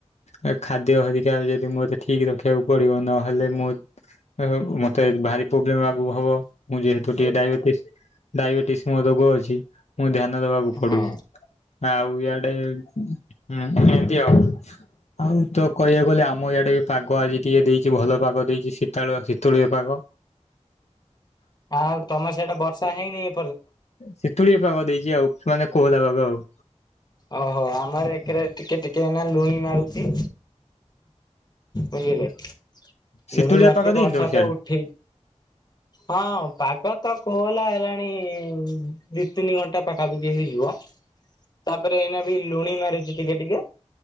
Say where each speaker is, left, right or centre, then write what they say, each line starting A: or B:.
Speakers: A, on the left (about 65°); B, on the left (about 35°).
A: ଏ ଖାଦ୍ୟ ହେରିକା ଯଦି ମୋତେ ଠି ଠିକ ରଖିବାକୁ ପଡିବ। ନହେଲେ ମୁଁ ଏବେ ମୋତେ ଭାରି ପ୍ରୋବ୍ଲେମ୍ ଆଗକୁ ହବ। ମୁଁ ଯେହେତୁ ଟିକେ ଡାଇବେଟିସ୍ ଡାଇବେଟିସ୍ ମୋ ରୋଗ ଅଛି। ମୁଁ ଧ୍ୟାନ ନ ଦେବାକୁ ପଡୁଛି।
B: ହଁ
A: ଆଉ ଇଆଡେ ଉଁ ହୁଁ, ଏମିତି ଆଉ। ଆଉ ତ କହିବାକୁ ଗଲେ ଆମ ଇଆଡେ ପାଗ ଆଜି ଟିକେ ଦେଇଚି ଭଲ ପାଗ ଦେଇଚି ଶୀତାଳୁଆ ଶୀତୁଳୀଆ ପାଗ।
B: ଆଉ ତୋମେ ସିଆଡେ ବର୍ଷା ହେଇନି ଏ
A: ସିତୁଳିଆ ପାଗ ଦେଇଚି ଆଉ ମାନେ କୋହଲା ପାଗ ଆଉ।
B: ଓହୋ ଆମର ଏକରେ ଟିକେ ଟି କେ ନା ଲୁଣି ମାରୁୁଛି ବୁଝିଲେ।
A: ଶୀତୁଳିଆ
B: ଲୁଣି ମାରୁଚି
A: ପାଗ ଦେଇନି
B: ବର୍ଷାତ
A: ତମ ସିଆଡେ?
B: ଉଠେଇ ହଁ ପାଗ ତ ଖୋହଲା ହେଲାଣି ଦି ତିନି ଘଣ୍ଟା ପାଖାପାଖି ହେଇଯିବ। ତାପରେ ଏଇନା ବି ଲୁଣି ମାରିଚି ଟିକେ ଟିକେ।